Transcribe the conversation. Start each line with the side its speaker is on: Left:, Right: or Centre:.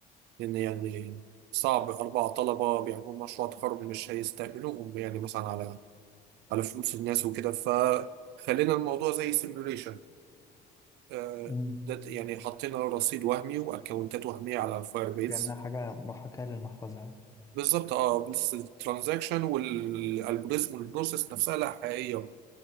Right: لان يعني صعب اربع طلبة بيعملوا مشروع تخرج مش هيستقبلوهم يعني مثلا على على فلوس الناس وكده فخلينا الموضوع زي سيميوليشن آه،
Left: مم.
Right: ده يعني حطينا رصيد وهمي واكونتات وهميه على الفاير بيز
Left: لانها حاجه محاكاه للمحفظه يعني
Right: بالظبط اه بس الترانزاكشن والالجوريزم والبروسيس نفسها لا حقيقيه